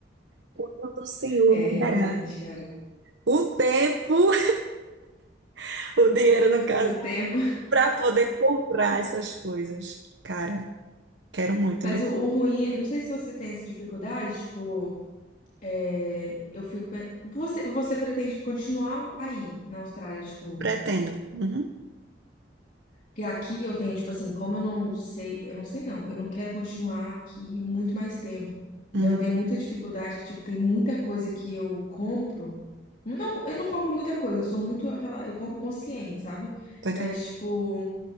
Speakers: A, on the right; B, on the left.
A: Quando o Senhor
B: É, realmente,
A: me dará
B: cara.
A: o tempo, <laughs> o dinheiro no caso,
B: O tempo. <laughs>
A: pra poder comprar essas coisas. Cara, quero muito,
B: Mas
A: meu,
B: o, o ruim, é- não sei se você tem essa dificuldade, tipo, é, eu fico. pe- Você, você pretende continuar aí na Austrália, tipo.
A: pretendo. Uhum,
B: Porque aqui eu tenho, tipo assim, como eu não sei, eu não sei não, eu não quero continuar aqui muito mais tempo. Então
A: uhum.
B: eu tenho muita dificuldade, que, tipo, tem muita coisa que eu compro. Não, eu não compro muita coisa, eu sou muito aquela. Eu compro consciente, sabe?
A: Tô entendendo,
B: Mas, tipo,